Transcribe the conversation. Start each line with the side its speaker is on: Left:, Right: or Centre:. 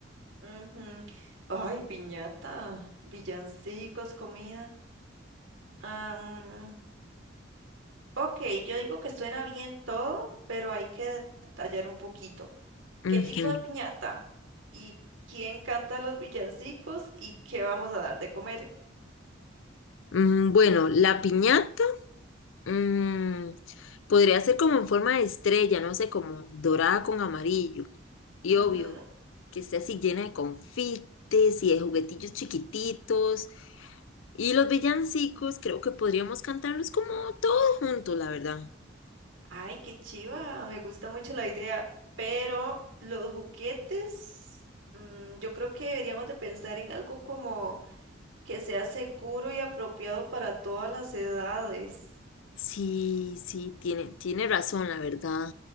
Right: Ujú. Ay, piñata, villancicos, comida. Am, ok, yo digo que suena bien todo, pero hay que detallar un poquito. ¿Qué
Left: Ujú.
Right: tipo de piñata? ¿Y quién canta los villancicos? ¿Y qué vamos a dar de comer?
Left: Mm, bueno, la piñata mm, podría ser como en forma de estrella, no sé, como dorada con amarillo, y
Right: Ujú,
Left: obvio,
Right: ujú.
Left: que esté así llena de confites y de juguetillos chiquititos. Y los villancicos, creo que podríamos cantarlos como todos juntos, la verdad.
Right: Ay, qué chiva, me gusta mucho la idea, pero los juguetes, mm, yo creo que deberíamos de pensar en algo como... que sea seguro y apropiado para todas las edades.
Left: Sí, sí, tiene, tiene razón, la verdad.